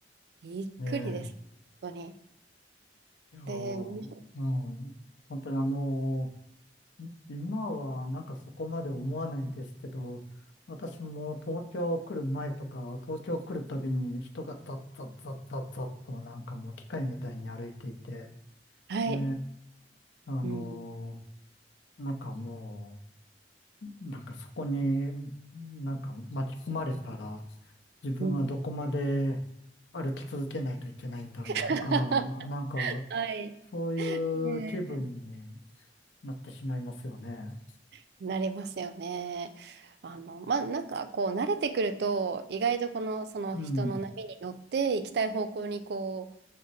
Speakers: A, on the right (about 65°); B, on the left (about 80°).
A: びっくりです。
B: ええ。
A: 本当に。
B: いやー、
A: で、
B: うん。本当にあのーい今はなんかそこまで思わないですけど、私も東京来る前とか、東京来るたびに人がザッザッザッザッザッとなんかもう機械みたいに歩いていて、
A: はい。
B: ねえ、あの
A: うん。
B: ーなんかもう、なんかそこになんか巻き込まれたら自分はどこまで歩き続けないといけないんだろうとか、
A: うん。<laughs>
B: なんか
A: はい。
B: そうい
A: ね
B: う気分になってしまいますよね。
A: えなりますよね。あの、まあ、なんかこう、慣れてくると、意外とこの、その人の波に乗って行きたい方向にこ
B: うん、